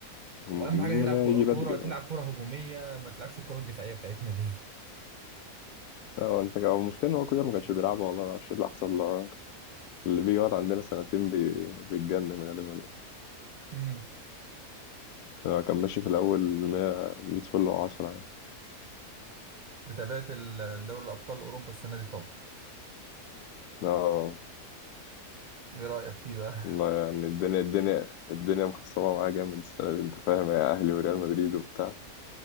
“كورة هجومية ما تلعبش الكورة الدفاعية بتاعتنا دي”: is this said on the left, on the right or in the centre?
Right